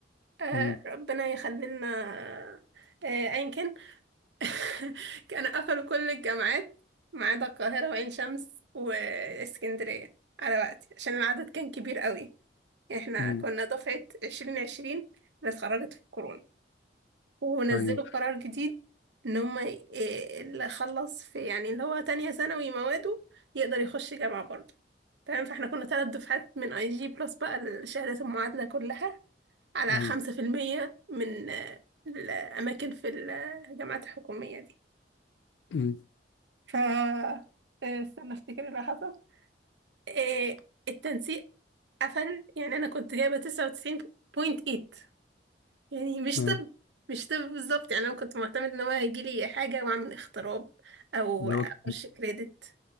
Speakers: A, on the right; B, on the left.
A: آه
B: مم.
A: ربنا يخلي لنا آه أيا كان <laughs> كانوا قفلوا كل الجامعات ما عدا القاهرة وعين شمس واسكندرية على وقتي عشان العدد كان كبير قوي احنا
B: مم.
A: كنا دفعة عشرين عشرين اللي اتخرجت في الكورونا ونزلوا
B: أيوه
A: قرار جديد ان هم آه، اللي خلص في يعني اللي هو تانية ثانوي مواده يقدر يخش جامعة برضه تمام فاحنا كنا ثلاث دفعات من اي جي بلس بقى الشهادات المعادلة كلها على
B: أيوه
A: خمسة في المية من آه، الأماكن في الجامعات الحكومية دي
B: مم.
A: ف آه، استنى افتكر اللي حصل آه، التنسيق قفل يعني أنا كنت جايبة تسعة وتسعين بوينت ايت يعني مش
B: آه.
A: طب مش طب بالظبط يعني أنا كنت معتمد إن هو هيجيلي حاجة وأعمل اختراب أو
B: جوابك
A: أخش كريدت